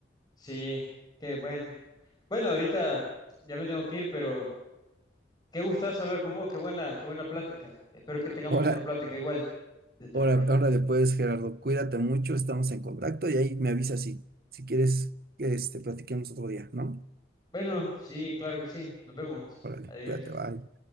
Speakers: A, on the left (about 20°); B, on the right (about 55°).
A: sí, qué bueno. Bueno, ahorita ya me tengo que ir, pero qué gustazo hablar con vos, qué buena, qué buena plática. Espero que tengamos
B: Ahora,
A: otra plática igual dentro
B: ahora,
A: de pronto.
B: ahora después, Gerardo, cuídate mucho, estamos en contacto y ahí me avisas si, si quieres que este, platiquemos otro día, ¿no?
A: Bueno, sí, claro que sí. Nos vemos.
B: Órale,
A: Adiós.
B: cuídate, bye.